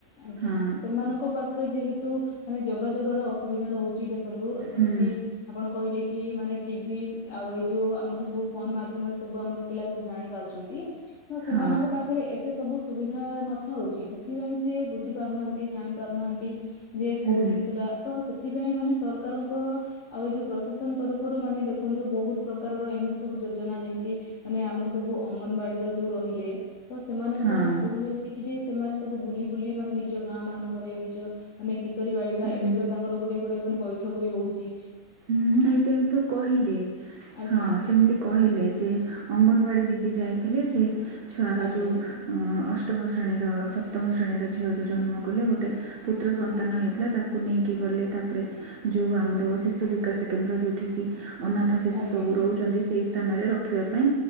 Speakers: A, on the left; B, on the right.
A: ଆଜ୍ଞା
B: ହଁ।
A: ସେମାନଙ୍କ ପାଖରେ ଯେହେତୁ ମାନେ ଯୋଗାଯୋଗର ଅସୁବିଧା ରହୁଛି ଦେଖନ୍ତୁ
B: ହଁ
A: ଯେମିତି। ଆପଣ କହିଲେ କି ମାନେ ଟିଭି ଆଉ ଏଇ ଯୋଉ ଆମର ସବୁ ଫୋନ ମାଧ୍ୟମରେ ସବୁ ଆମର। ପିଲା ସବୁ ଜାଣି ପାରୁଛନ୍ତି ତ ସେମାନଙ୍କ
B: ହଁ
A: ପାଖରେ ଏତେ ସବୁ। ସୁବିଧା ନଥାଉଚି ସେଥିପାଇଁ ସିଏ ବୁଝି ପାରୁନାହାନ୍ତି ଜାଣି ପାରୁନାହାନ୍ତି। ଯେ
B: ହଁ
A: କୋଉ ଜିନିଷ ଟା ତ ସେଥିପାଇଁ ମାନେ ସରକାରଙ୍କ। ଆଉ ଏଇ ଯୋଉ ପ୍ରଶାସନ ତରଫରୁ ମାନେ ଦେଖନ୍ତୁ ବହୁତ ପ୍ରକାରର ଏମିତି ସବୁ ଯୋଜନା ଯେମିତି। ମାନେ ଆମର ସବୁ ଅଙ୍ଗନବାଡିର ଯୋଉ ରହିଲେ ତ ସେମାନଙ୍କୁ
B: ହଁ
A: ମାନେ କୁହାଯାଇଛି ଯେ ସେମାନେ ସବୁ ବୁଲି ବୁଲି ମାନେ ନିଜ ଗାଁ ମାନଙ୍କରେ ନିଜ ମାନେ କିଶୋରୀ ବାଳିକା
B: ହୁଁ
A: ଏବେ ତ ତାଙ୍କର ଗୋଟେ ଗୋଟେ ମାନେ ବୈଠକ ବି ହଉଚି।
B: ହୁଁ ନାଇଁ ସେମତି ତ କହିଲେ
A: ଆଜ୍ଞା
B: ହଁ
A: ଆଜ୍ଞା
B: ସେମିତି। କହିଲେ ସେ, ଅଙ୍ଗନବାଡ଼ି ଦିଦି ଯାଇଥିଲେ ସେ ଛୁଆର
A: ଆଜ୍ଞା
B: ଯୋଉ ଅ ଅଷ ଅଷ୍ଟମ ଶ୍ରେଣୀର ସପ୍ତମ ଶ୍ରେଣୀର ଝିଅ ଯଉ ଜନ୍ମ କଲେ ଗୋଟେ ପୁତ୍ର ସନ୍ତାନ
A: ଆଜ୍ଞା
B: ହେଇଥିଲା। ତାକୁ- କୁ ନେଇକି ଗଲେ ତାପରେ ଯୁ ଆମର ଶିଶୁ ବିକାଶ କେନ୍ଦ୍ର ଯଉଠିକି। ଅନାଥ ଶିଶୁ
A: ଆଜ୍ଞା
B: ସବୁ ରହୁଛନ୍ତି ସେହି ସ୍ଥାନରେ ରଖିବା ପାଇଁ।